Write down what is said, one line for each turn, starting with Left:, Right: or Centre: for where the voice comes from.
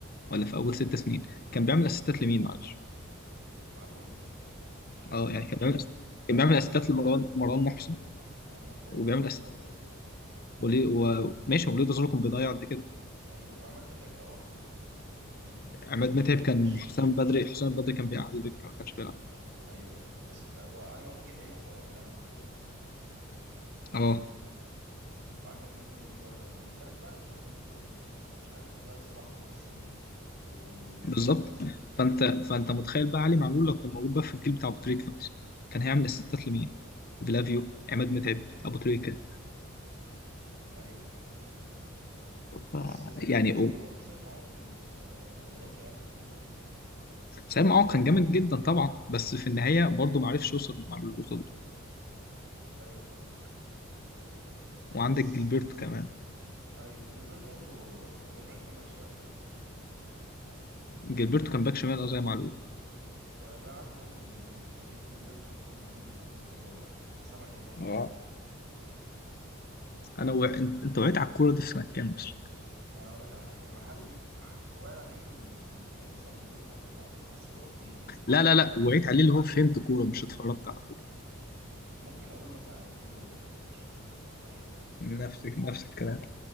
Left: ولا في اول ست سنين كان بيعمل اسيستات لمين معلش
Right: معلول مش فاكر
Left: اه
Right: بصراحه
Left: يعني كان بيعمل
Right: يعني
Left: أس- كان
Right: او
Left: بيعمل اسيستات لمروان مروان محسن
Right: مرمى وليد
Left: وبيعمل
Right: ازارو
Left: اسيست
Right: برضو
Left: وليه وماشي وليه ده كان بيضيع قد كده
Right: ايوه وعماد متعب في اواخره تقريبا
Left: عماد
Right: ولا
Left: متعب
Right: ما لحقوش
Left: كان حسام بدري حسام بدري كان بيقعد الدكه ما كانش بيلعب
Right: ايوه ايوه بس ف- هو علي معلول جه تقريبا في اواخر عماد متعب
Left: اه
Right: وعندك مين تاني بقى ده ازارو جالك بقى جون انتوي ومش عارف بقى صلاح محسن و...
Left: بالظبط
Right: ولاعيبه كسر كلها
Left: فانت فانت متخيل بقى علي معلول لو كان موجود بقى في الجيل بتاع ابو تريكه مثلا كان هيعمل اسيستات لمين؟ فلافيو عماد متعب ابو تريكه
Right: ايوه
Left: ف-
Right: بس آه،
Left: يعني
Right: بيقولوا برضه سيد معوض كانت آه، مباراته يعني خطيره
Left: سام اه كان جامد جدا طبعا بس في النهايه برضه ما عرفش يوصل للمعلول اللي وصل له
Right: ايوه فاهمك
Left: وعندك
Right: بس
Left: جilberto كمان
Right: ايوه جilberto برضه جilberto كان باك شمال صح؟
Left: جilberto كان باك شمال اه زي معلول
Right: هو اللي أنا عارفه برضه ان جيل- ثنائيه جilberto وفلافيو دي كانت جباره بس انا ما لحقتهاش طبعا
Left: اه انا وع... انت أنت وعيت على الكوره دي في سنه كام اصلا
Right: يعني اقول لك على حاجه المحلي ح- واقع عليه من من يعني مثلا بنقول من 2010 بس اوروبي
Left: لا لا
Right: بعد
Left: لا وعيت
Right: كده
Left: عليه اللي هو فهمت كوره مش اتفرجت على كوره
Right: م- ممكن اقول مثلا 2013 حاجه كده
Left: نفس نفس الكلام